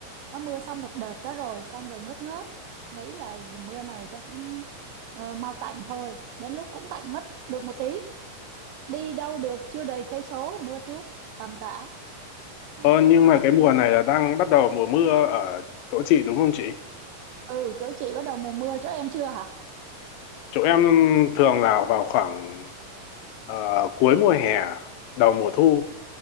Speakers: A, on the right; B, on the left.
A: nó mưa xong một đợt đó rồi xong rồi ngớt ngớt nghĩ là mưa này chắc cũng ờ, mau tạnh thôi đến lúc cũng tạnh mất được một tí đi đâu được chưa đầy cây số mưa tiếp tầm tã Đó.
B: Ờ, nhưng mà cái mùa này là đang bắt đầu mùa mưa ở chỗ chị đúng không chị?
A: ừ chỗ chị bắt đầu mùa mưa chỗ em chưa hả
B: Chỗ em thường là vào khoảng ờ, cuối mùa hè, đầu mùa thu.